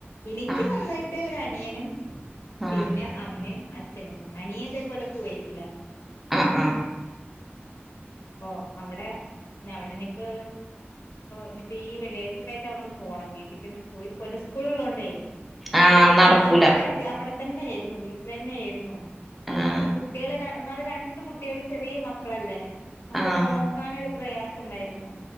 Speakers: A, on the left; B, in the centre.
A: എനിക്ക്
B: ആഹ്
A: സ്വന്തമായിട്ട് ഒരു അനിയനും
B: ആഹ്
A: പിന്നെ അമ്മയും അച്ഛനും തന്നെ അനിയൻ ഇതേപോലെ കുവൈറ്റിലാണ്
B: ആ ആ
A: അപ്പോ അവടെ അവടിനിപ്പോ ഇനിപ്പോ ഈ വെള്ളിയാഴ്ചക്കായിട്ട് അങ്ങ്ട് പോണം വീട്ടിക്കോന്ന് പോയി പോലെ സ്കൂളള്ളോണ്ടേ
B: ആഹ്
A: പോക്കൊന്ന്
B: നടക്കൂല
A: ആദ്യൊക്കെ അവിടെ തന്നെ ആയിരുന്നു വീട്ടിൽ തന്നെ ആയിരുന്നു
B: ആഹ്
A: എനെ കുട്ടികള് ഒന്നാമത് രണ്ട് കുട്ടികളും ചെറിയ മക്കളല്ലേ നമുക്ക്
B: ആഹ്
A: നോക്കനൊരു പ്രയാസം ഇണ്ടായിരുന്നു